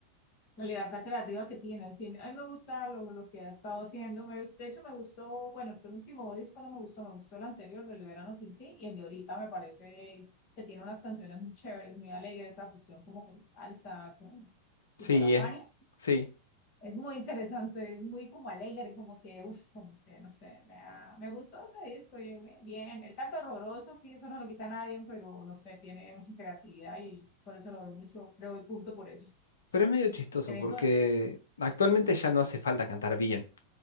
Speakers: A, on the left; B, on the left.
A: la libertad creativa que tiene. Sí, a mí me gusta lo, lo que ha estado haciendo. Me- de hecho, me gustó, bueno, el último disco no me gustó, me gustó el anterior, el de Verano Sin Ti, y el de ahorita me parece que tiene unas canciones muy chéveres, muy alegres, esa fusión como con salsa, con tipo
B: Sí,
A: la Fania.
B: es, sí.
A: Es muy interesante, es muy como alegre, como que, uff, como que, no sé, me, ha- me gustó ese disco, y yo, bien, bien. El canto horroroso, sí, eso no lo quita a nadie, pero no sé, tiene mucha creatividad y por eso lo doy mucho, le doy punto por eso.
B: Pero es medio chistoso
A: El evento,
B: porque actualmente ya no hace falta cantar bien.